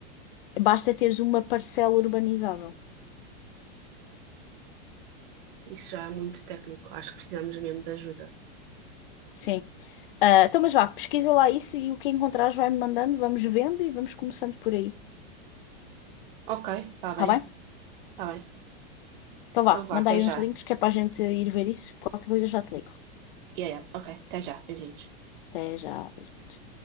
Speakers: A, on the left; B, on the right.
A: Basta teres uma parcela urbanizável.
B: Isso já é muito técnico, acho que precisamos mesmo de ajuda.
A: Sim. Uh, então, mas vá, pesquisa lá isso e o que encontrares vai-me mandando, vamos vendo e vamos começando por aí.
B: Ok, está bem,
A: Tá bem?
B: está bem.
A: Então vá,
B: Então vá,
A: manda
B: até
A: aí
B: já.
A: uns links que é para a gente ir ver isso. Qualquer coisa eu já te ligo.
B: Yeah, yeah. Ok, até já, beijinhos.
A: Até já. beijinhos.